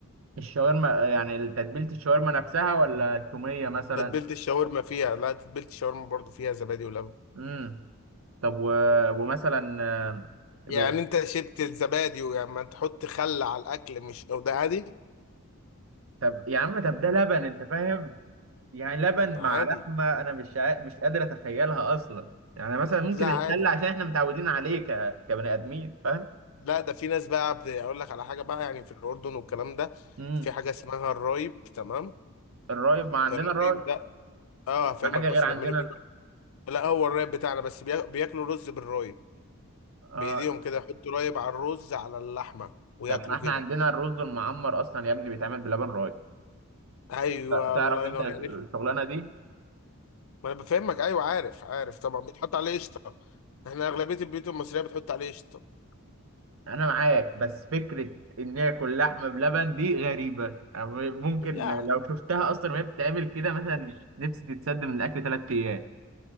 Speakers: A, on the right (about 65°); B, on the left (about 65°).
A: الشاورما يعني تتبيلة الشاورما نفسها ولا التومية مثلا
B: تتبيلة الشاورما فيها لا تتبيلة الشاورما برضو فيها زبادي ولبن
A: امم طب و... ومثلا آه،
B: يعني
A: ب...
B: انت شربت الزبادي ويعني ما تحط خل على الاكل مش لو ده عادي
A: طب يا عم طب ده لبن انت فاهم يعني لبن
B: عادي
A: مع لحمة انا مش عا... مش قادر اتخيلها اصلا يعني مثلا ممكن
B: لا عادي
A: الخل عشان احنا متعودين عليه ك... كبني ادمين فاهم
B: لا ده في ناس بقى بت- اقول لك على حاجة بقى يعني في الاردن والكلام ده
A: امم
B: في حاجة اسمها الرايب تمام
A: الرايب ما عندنا
B: الرايب
A: الرايب
B: ده اه هفهمك
A: ما حاجة
B: بس
A: غير عندنا
B: بيعملوا ايه بقى لا هو الرايب بتاعنا بس بيا- بياكلوا رز بالرايب بايديهم
A: اه
B: كده يحطوا رايب على الرز على اللحمة وياكلوا
A: طب ما احنا
B: كده
A: عندنا الرز المعمر اصلا يا ابني بيتعمل بلبن رايب
B: ايوه
A: ت- تعرف
B: الله
A: انت
B: ينور
A: الشغلانة
B: يعني
A: دي
B: ما انا بفهمك ايوه عارف عارف طبعا بيتحط عليه قشطه احنا اغلبيه البيوت المصريه بتحط عليه قشطه
A: انا معاك بس فكره ان هي كل لحمه بلبن دي غريبه أنا ممكن
B: لا
A: لو شفتها اصلا وهي بتتعمل كده مثلا نفسي تتسد من الاكل ثلاث ايام